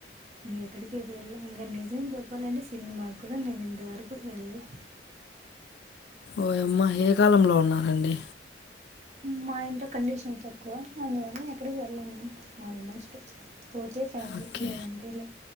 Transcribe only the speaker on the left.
ఓయమ్మా ఏ కాలంలో ఉన్నారండి
ఓకే